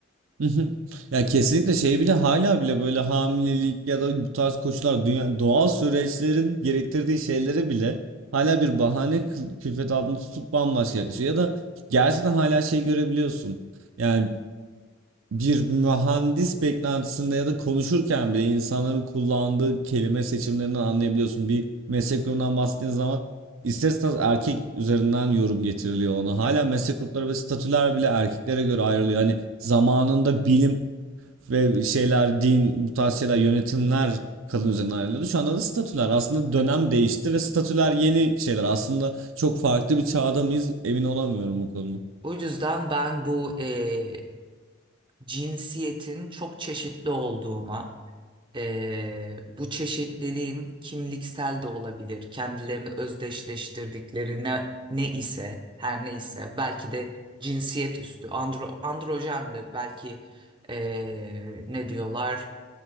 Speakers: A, on the right; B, on the right.
A: Hı hı. Ya kesinlikle şey bile hala bile böyle hamilelik ya da bu tarz koşullar dünya doğal süreçlerin gerektirdiği şeylere bile hala bir bahane kıl- külfet altında tutup bambaşka yaklaşıyor. Ya da gerçekten hala şey görebiliyorsun. Yani bir mühendis beklentisinde ya da konuşurken bile insanların kullandığı kelime seçimlerinden anlayabiliyorsun. Bir meslek grubundan bahsettiğin zaman ister istemez erkek üzerinden yorum getiriliyor ona. Hala
B: Evet,
A: meslek grupları ve statüler bile erkeklere göre ayrılıyor. Hani zamanında bilim ve şeyler, din, bu tarz şeyler, yönetimler kadın üzerinden ayrılıyordu. Şu anda da statüler. Aslında dönem
B: evet.
A: değişti ve statüler yeni şeyler. Aslında çok farklı bir çağda mıyız emin olamıyorum bu konuda.
B: O yüzden ben bu e, cinsiyetin çok çeşitli olduğuna Ee, bu çeşitliliğin kimliksel de olabilir, kendilerini özdeşleştirdikleri ne, ne ise, her ne ise belki de cinsiyet üstü, andro, androjendir, belki ee, ne diyorlar,